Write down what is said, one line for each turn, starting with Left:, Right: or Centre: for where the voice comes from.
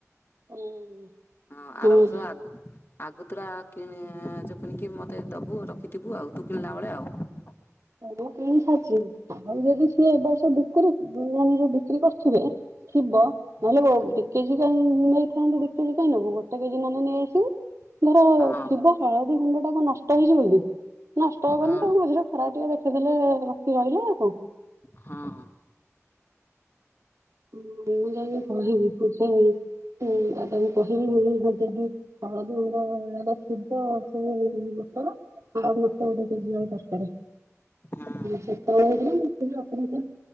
Right: ହୁଁ
Left: ହଁ ଆର
Right: ହୁଁ
Left: ବର୍ଷ ଆଗ ତୁର କି କିଣିକି ମତେ ଦବୁ ରଖିଥିବୁ ଆଉ ତୁ କିଣିଲା ବେଳେ ଆଉ
Right: ହ ମୁଁ କିଣିସଚି ଆଉ ଯଦି ସିଏ ଏବ ବର୍ଷ ବୁକ୍ କରୁ ମାନେ ଯୋଉ ବିକ୍ରି କରୁଥିବେ ଥିବ ନହେଲେ କୋ କେଜି କଁ ନେଇଥାନ୍ତ ଦି କେଜି କାହିଁ ନବୁ ଗୋଟେ କେଜି ନହେ ନେଇ ଆସିବୁ ମୋର
Left: ହଁ
Right: ଥିବ ହଳଦୀ ଗୁଣ୍ଡ ଟା କ ନଷ୍ଟ ହେଇଛି ବୋଲି ନଷ୍ଟ ହବନି
Left: ହଁ
Right: ତାଙ୍କ ମଝିରେ ଟିକେ ଦେଖିଦେଲେ ରଖି ରହିଲା ଆଉ କଣ?
Left: ହଁ
Right: ମୁଁ ମୁଁ ଯାଇକି କହିବି ସେଇ ଦାଦାଙ୍କୁ କହିବି ଯି ଆଦା ସୁିଧ ସେ ଆଡ ଗୋଟ ଯ ଦରକାରାରେ
Left: ହଁ
Right: ସେତ ହେଥିଲା